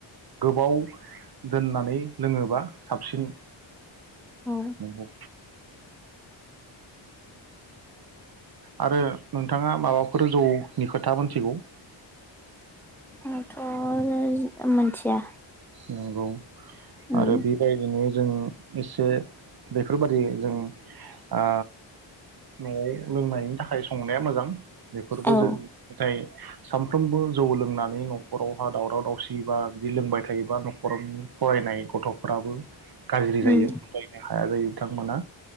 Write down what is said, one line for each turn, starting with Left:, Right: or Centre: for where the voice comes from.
Right: गोबाव दोननानै लोंङोबा साबसिन
Centre: औ
Right: नंगौ। आरो नोंथाङा माबाफोर जौ नि खोथा मोनथिगौ?
Centre: आं थ नैज मोनथिया
Right: नंगौ
Centre: उम
Right: आरो बेबायदिनो जों एसे बेफोरबादि जों आ नआव लोंनायनि थाखाय संनाया मोजां बेफोरबो
Centre: औ
Right: जों नाथाइ सामफ्रोमबो जौ लोंना नि नखरावहा दावराव दावसि बा बिदि लोंबाय थाय बा नखरावनि फरायनाय गथ'फोराबो गारज्रि
Centre: उम
Right: जायो फरायनो हाया जायो बिथांमोना